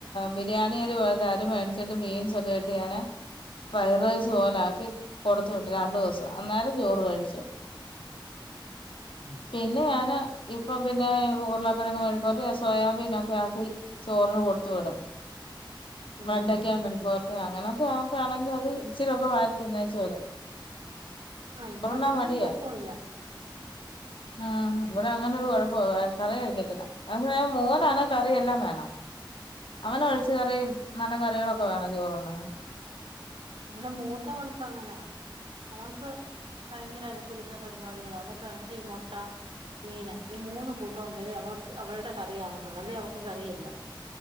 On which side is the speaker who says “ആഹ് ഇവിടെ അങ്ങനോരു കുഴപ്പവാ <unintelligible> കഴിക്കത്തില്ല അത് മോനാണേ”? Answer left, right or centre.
Left